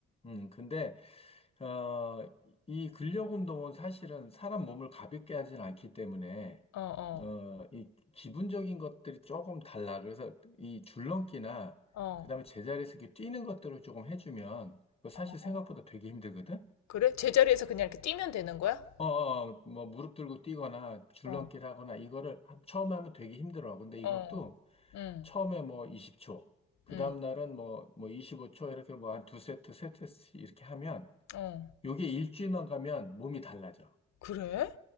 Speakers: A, on the left; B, on the left.
A: 음, 근데, 어, 이 근력 운동은 사실은 사람 몸을 가볍게 하진 않기 때문에,
B: 어,
A: 어, 이 기분적인 것들이 조금 달라. 그래서 이 줄넘기나
B: 어,
A: 그다음에 제자리에서 이렇게 뛰는 것들을 조금 해주면 그거 사실
B: 어.
A: 생각보다 되게 힘들거든.
B: 그래? 제자리에서 그냥 이렇게 뛰면 되는 거야?
A: 어, 어, 뭐, 무릎 들고 뛰거나 줄넘기를
B: 어,
A: 하거나 이거를 한- 처음에 하면 되게 힘들어. 근데 이것도
B: 어, 응,
A: 처음에 뭐 20초, 그
B: 응,
A: 다음날은 뭐, 뭐 25초 이렇게 뭐 한 두 세트, 세 세트씩 이렇게 하면
B: 어.
A: 요게 일주일만 가면 몸이 달라져.
B: 그래?